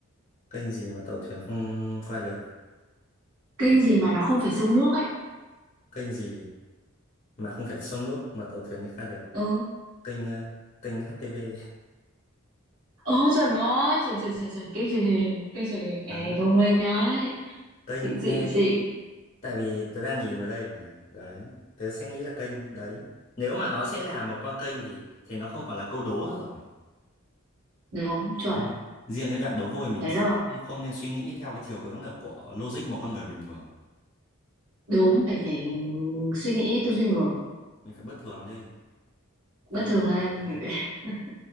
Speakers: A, on the left (about 35°); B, on the right (about 85°).
A: kênh gì mà tàu thuyền không qua được
B: kênh gì mà nó không phải sông nước ấy
A: kênh gì mà không phải sông nước mà tàu thuyền mới ra được
B: ừ
A: kênh ờ, kênh HTV
B: ờ cho nó chuẩn chuẩn chuẩn chuẩn kênh truyền hình kênh truyền hình ê
A: đấy
B: thông minh đấy
A: kênh
B: xịn xịn
A: nghe
B: xịn
A: tại vì tớ đang nhìn vào đây mà đấy tớ sẽ nghĩ là kênh đấy nếu mà nó sẽ là một con kênh thì thì nó không còn là câu đố nữa rồi
B: đúng chuẩn
A: đúng không riêng cái đoạn đố vui mình
B: thế
A: sẽ
B: là
A: không nên suy nghĩ theo cái chiều hướng là của logic một con người bình thường
B: đúng mình phải suy nghĩ tư duy ngược
A: mình phải bất thường lên
B: bất
A: đấy
B: thường
A: bây giờ
B: lên
A: tớ
B: mình
A: này
B: phải <laughs>